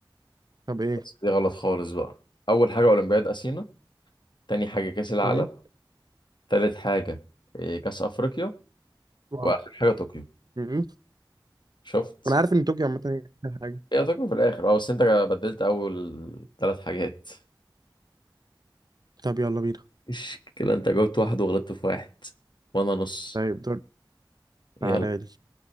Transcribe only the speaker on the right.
طب إيه
مهم.
واو.
مهم.
أنا عارف إن طوكيو عامة هي آخر حاجة
طب يلا بينا
طيب دور
تعالى لي